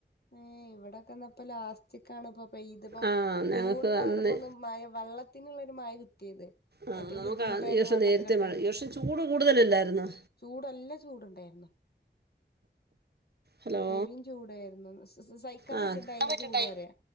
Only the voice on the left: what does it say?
ഏ ഇവിടെക്കെന്നപ്പ ലാസ്റ്റക്കാണ് ഇപ്പൊ ഇതിപ്പോ
ജൂണിലാണ്
ഇപ്പൊ ഒന്ന് മഴ വെള്ളത്തിനുള്ള <unintelligible> മറ്റേത്
മറ്റേ
ബുദ്ധിമുട്ടായിരുന്നു
വെള്ളത്തിനൊക്കെ
ചൂടല്ല ചൂടുണ്ടായിരുന്നു
പെരും ചൂടായിരുന്നു സ സ സഹിക്കാൻ
പറ്റിണ്ടായില്ല ചൂട് പറയാ